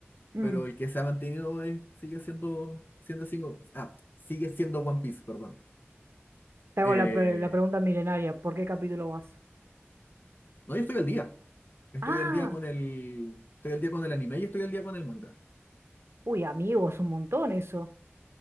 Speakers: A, on the right; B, on the left.
A: Mm,
B: pero el que se ha mantenido es- sigue siendo, siendo, sigo- ah, sigue siendo One Piece, perdón.
A: te hago
B: Eh,
A: la, pre- la pregunta milenaria, ¿por qué capítulo vas?
B: no, yo estoy al día. Estoy
A: Ah,
B: al día con el, estoy al día con el anime y estoy al día con el manga.
A: uy, amigos, un montón eso.